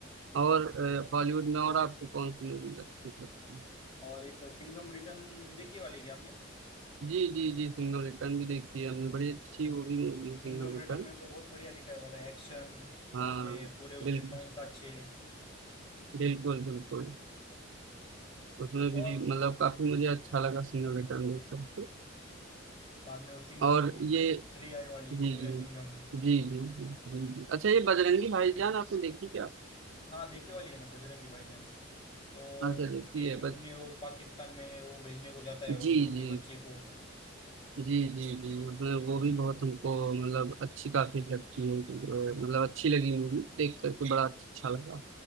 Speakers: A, on the right; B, on the left.
A: और अ, हॉलीवुड में और आपको कौन सी मूवी अच्छी लगती है
B: और एक सिंघम रिटर्न देखी वाली है क्या आपने
A: जी जी जी सिंघम रिटर्न भी देखी है हमने बड़ी अच्छी वो भी मूवी है सिंघम
B: सिंघम
A: रिटर्न
B: रिटर्न में तो बहुत बढ़िया दिखाया वाला है एक्शन
A: हाँ
B: बाद में पूरे उसके
A: बिल्कुल
B: सॉन्ग्स अच्छे
A: बिल्कुल बिल्कुल उसमें
B: और
A: भी मतलब काफी मुझे अच्छा लगा सिंघम रिटर्न देखकर
B: बाद में वो सिंघम
A: और ये
B: थ्री आई वाली
A: जी
B: सूर्य सिंघम
A: जी जी जी जी हाँ जी। अच्छा ये बजरंगी भाईजान आपने देखी क्या
B: हाँ देखी वाली है ना बजरंगी भाईजान और
A: अच्छा
B: उसके
A: देखी है
B: मुन्नी
A: बस
B: वो पाकिस्तान में वो भेजने को जाता है वो
A: जी
B: छोटी
A: जी
B: बच्ची को
A: जी जी जी वो वो भी बहुत हमको मतलब अच्छी काफी लगती है तो, अ, मतलब अच्छी लगी मूवी देख करके बड़ा अच्छा लगा